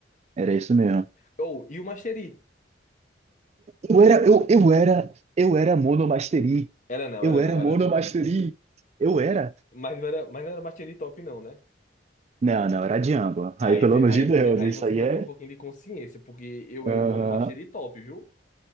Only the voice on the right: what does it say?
Era isso mesmo.
Eu era, eu, eu era, eu era Monomastery.
Eu
era
Monomastery.
Eu era.
Não, não, era Django.
Aí, pelo
amor
de
Deus,
isso
aí
é.
Aham.